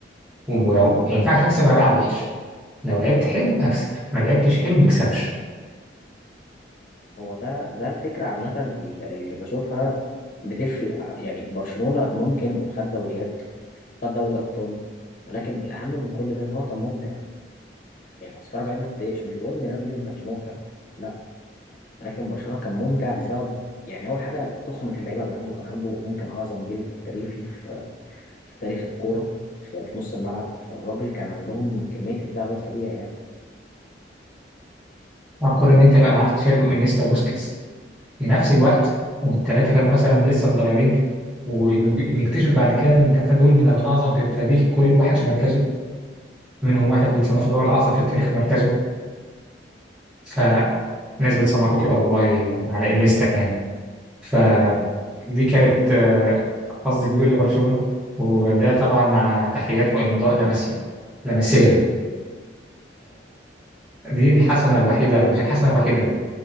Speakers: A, in the centre; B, on the left (about 45°).
A: ولو ما ينفعش اكسب وانا بلعب وحش لو لعبت حلو اكسب ما لعبتش حلو ما اكسبش
B: هو ده ده الفكرة عامة اللي اللي بشوفها بتفرق يعني برشلونة ممكن خد دوريات خد دوري أبطال ولكن الأهم من كل ده إن هو كان ممتع يعني كنت بتتفرج عليه ما تتضايقش مش بقول إن ريال مدريد ما كانش ممتع لا ولكن برشلونه كان ممتع بسبب يعني اول حاجه تخمه اللعيبه اللي عنده كان عنده ممكن اعظم جيل تاريخي في في تاريخ الكوره في في نص الملعب فالراجل كان عندهم كميه ابداع غير طبيعي يعني
A: اه كون ان انت يبقى معاك تشافي وانيستا وبوسكيتس في نفس الوقت والثلاثه كانوا مثلا لسه صغيرين ونكتشف بعد كده ان الثلاثه دول من الاعظم في التاريخ كل واحد في مركزه منهم واحد بيتصنف ان هو الاعظم في التاريخ في مركزه فناس بتصنفه كده والله على انيستا يعني فدي كانت آه، حظ كبير لبرشلونه وده طبعا مع تحيات وامضاء لاماسيا لاماسيا فدي الحسنه الوحيده مش الحسنه الوحيده